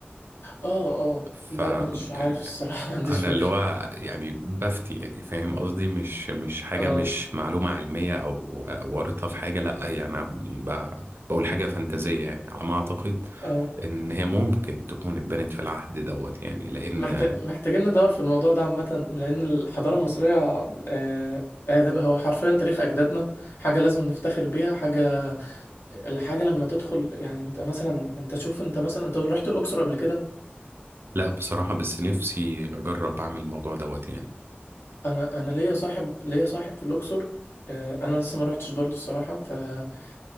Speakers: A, on the left (about 85°); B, on the right (about 70°).
A: اه آه.
B: ف
A: ما مش عارف
B: يعني
A: الصراحه <laughs> ما عنديش
B: أنا
A: فكره
B: اللي هو يعني بفتي يعني فاهم قصدي مش مش حاجة
A: اه
B: مش معلومة علمية أو وارطة في حاجة لأ هي أنا ب- بقول حاجة فانتازية يعني على ما أعتقد
A: اه
B: إن هي ممكن تكون اتبنت في العهد دوت يعني لأن
A: محتاج محتاجين ندور في الموضوع ده عامه لان الحضاره المصريه آه آه، ده هو حرفيا تاريخ اجدادنا حاجه لازم نفتخر بيها حاجه الحاجة لما تدخل يعني انت مثلا انت شوف انت مثلا انت رحت الأقصر قبل كده
B: لا بصراحة بس نفسي أجرب أعمل الموضوع دوت يعني
A: انا انا ليا صاحب ليا صاحب في الأقصر آه، انا لسه ما رحتش برضو الصراحة فلما